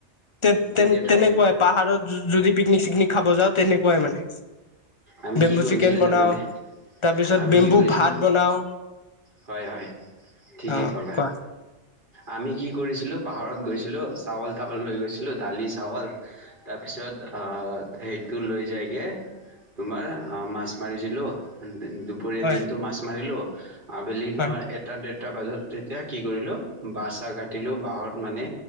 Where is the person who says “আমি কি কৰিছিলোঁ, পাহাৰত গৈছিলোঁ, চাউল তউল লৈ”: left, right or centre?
Right